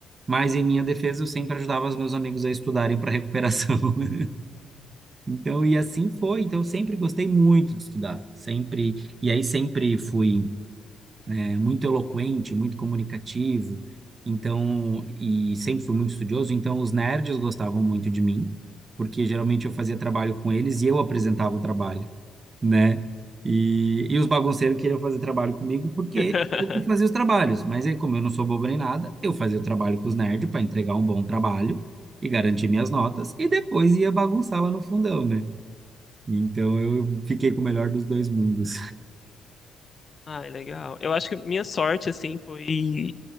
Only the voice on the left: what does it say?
Uhum.
<laughs>
Ai, legal. Eu acho que minha sorte, assim, foi